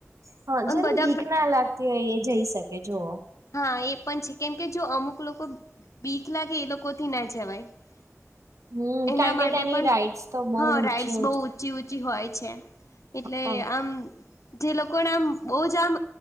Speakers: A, on the right; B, on the left.
A: હા જેને
B: અને બધા
A: બીક ના લાગતી હોય એ જઈ શકે જોવો
B: હા એ પણ છે કેમ કે જો અમુક લોકો બીક લાગે એ લોકોથી ના જવાય હ
A: હમ
B: એના
A: કારણ
B: માટે
A: કે ત્યાંની
B: પણ
A: રાઈડ્સ તો બહુ
B: હા
A: ઊંચી
B: રાઈડસ બહુ ઊંચી ઊંચી હોય છે. એટલે
A: હ
B: આમ જે લોકોને આમ બહુ જ આમ